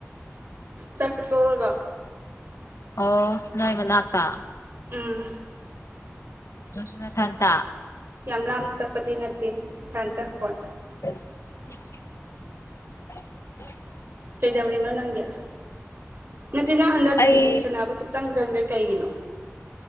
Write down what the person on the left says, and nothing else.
ꯑꯣ ꯅꯣꯏ ꯃꯅꯥꯛꯇ
ꯑꯗꯨꯁꯨ ꯅꯊꯟꯇ
<inaudible> <inaudible>
ꯑꯩ